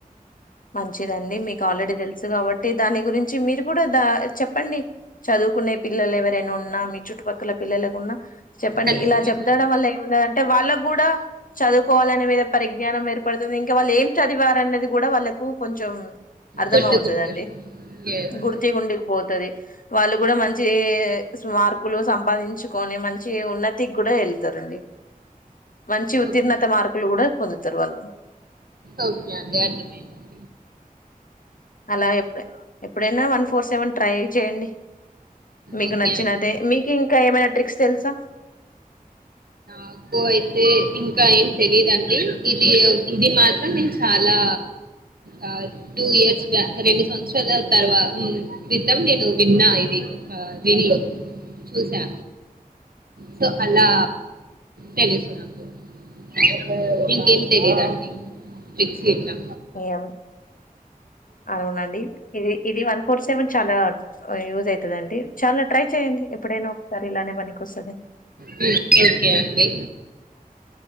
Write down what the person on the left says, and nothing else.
మంచిదండి మీకు ఆల్రెడీ తెలుసు కాబట్టి దాని గురించి మీరు కూడా ద చెప్పండి చదువు చదువుకునే పిల్లలు ఎవరైనా ఉన్నా మీ చుట్టుపక్కల పిల్లలకు ఉన్నా చెప్పండి
ఇలా చెప్తాడం వల్ల ఎ ఉన్నదంటే వాళ్ళకు గూడా చదువుకోవాలనే మీద పరిజ్ఞానం ఏర్పడుతుంది ఇంక వాళ్ళు ఏం చదివారనేది గూడా వాళ్ళ కూ కొంచెం అర్ధం
అవుతదండి
గుర్తి గుర్తిగి ఉండిపో తది వాళ్ళు గూడా మంచి ఎ స్మార్కులు సంపాదించుకొని మంచి ఉన్నతికి గూడా ఎ ఐతారండి మంచి ఉత్తీర్ణత
మార్కులు గూడా పొందుతరు వాళ్ళు
అలా ఎప్పుడె ఎప్పుడైనా వన్ ఫోర్ సెవెన్ ట్రై చేయండి మీకు
నచ్చినతే
మీకు ఇంకా ఏమైనా ట్రిక్స్ తెలుసా
ఎమో అలావునండి ఇది ఇది వన్ ఫోర్ సెవెన్ చాలా యూజ్ అయితదండి చాలా ట్రై చెయండి ఎప్పుడైనా ఒకసారి ఇలానే పనికి వస్తది